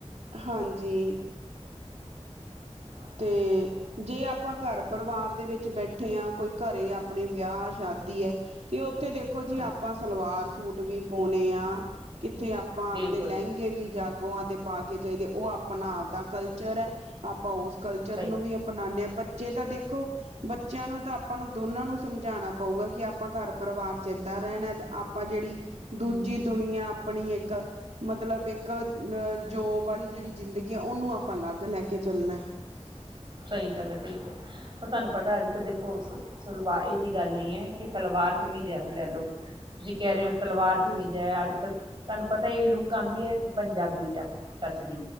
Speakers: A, on the right (about 75°); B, on the right (about 45°).
A: ਹਾਂਜੀ।
B: <inaudible>
A: ਤੇ ਜੇ ਆਪਾਂ ਘਰ ਪਰਿਵਾਰ ਦੇ ਵਿੱਚ ਬੈਠੇ ਹਾਂ ਕੋਈ ਘਰੇ ਆਪਣੇ ਵਿਆਹ- ਸ਼ਾਦੀ ਹੈ ਤੇ ਉੱਥੇ ਦੇਖੋ
B: ਹੈ
A: ਜੀ ਆਪਾਂ ਸਲਵਾਰ ਸੂਟ ਵੀ ਪਾਉਣੇ ਆ ਕਿੱਥੇ ਆਪਾਂ
B: ਬਿਲਕੁਲ
A: ਆਪਦੇ ਲਹਿੰ ਕਿਤੇ ਵੀ ਜਾਗੋਆਂ ਤੇ ਪਾ ਕੇ ਜਾਈਦਾ, ਉਹ ਆਪਣਾ ਆਪਦਾ ਕਲਚਰ ਹੈ, ਆਪਾਂ ਉਸ ਕਲਚਰ
B: ਸਹੀ
A: ਨੂੰ ਵੀ ਅਪਣਾਉਂਦੇ ਹਾਂ, ਬੱਚੇ ਤਾਂ ਦੇਖੋ। ਬੱਚਿਆਂ ਨੂੰ ਤਾਂ ਆਪਾਂ ਨੂੰ ਦੋਨਾਂ ਨੂੰ ਸਮਝਾਉਣਾ ਪਊਗਾ ਕਿ ਆਪਾਂ ਘਰ ਪਰਿਵਾਰ 'ਚ ਇੱਦਾਂ ਰਹਿਣਾ ਤੇ ਆਪਾਂ ਜਿਹੜੀ ਦੂਜੀ ਦੁਨੀਆਂ ਆਪਣੀ ਇੱਕ ਮਤਲਬ ਇੱਕ ਅਹ ਜੋਬ ਵਾਲੀ ਜਿਹੜੀ ਜ਼ਿੰਦਗੀ ਏ ਉਹਨੂੰ ਆਪਾਂ ਅਲੱਗ ਲੈ ਕੇ ਚੱਲਣਾ ਹੈ <inaudible>
B: ਸਹੀ ਗੱਲ ਹੈ ਬਿਲਕੁਲ ਪਰ ਤੁਹਾਨੂੰ ਪਤਾ ਅੱਜ -ਕੱਲ ਦੇਖੋ ਸਲਵਾਰ ਇਹ ਜਿਹੀ ਗੱਲ ਨਹੀਂ ਹੈ ਕਿ ਸਲਵਾਰ ਕਮੀਜ਼ ਏ ਹੁਣ ਲੈ ਲਓ ਤੁਸੀਂ ਕਹਿ ਰਹੇ ਹੋ ਸਲਵਾਰ ਕਮੀਜ਼
A: ਹਾਂ
B: ਹੈ ਅੱਜ ਕੱਲ ਤੁਹਾਨੂੰ ਪਤਾ ਇਹ ਲੁੱਕ ਆਉਂਦੀ ਏ ਪੰਜਾਬੀ ਟ ਟੱਚ ਦੀ,